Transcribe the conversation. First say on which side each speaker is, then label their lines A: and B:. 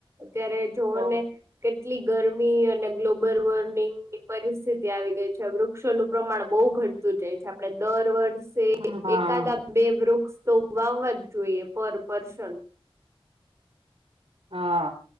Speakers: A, on the right (about 30°); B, on the right (about 70°).
A: ત્યારે જોઓ
B: તો
A: ને કેટલી ગરમી અને ગ્લો બર વોર્નિંગની પરિસ્થિતિ આવી ગઈ છે. વૃક્ષોનું પ્રમાણ બહુ ઘટતું જાય છે આપડે દર વર્ષ સે
B: હા
A: એકાદ આ બે વૃષ તો વાવા જ જોઈએ પર પર્સન.
B: હા,